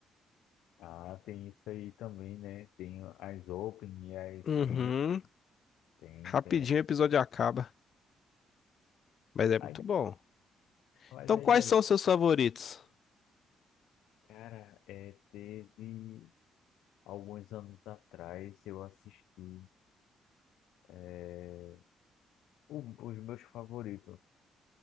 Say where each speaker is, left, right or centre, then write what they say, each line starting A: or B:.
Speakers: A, on the left (about 85°); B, on the left (about 55°).
A: ah, tem isso aí também, né, tem as Open e as
B: Uhum.
A: End, tem,
B: Rapidinho
A: tem,
B: o episódio acaba, mas é
A: ainda,
B: muito bom.
A: mas
B: Então,
A: ainda
B: quais
A: bem,
B: são os seus favoritos?
A: cara, é, teve Alguns anos atrás eu assisti eh, o- os meus favoritos.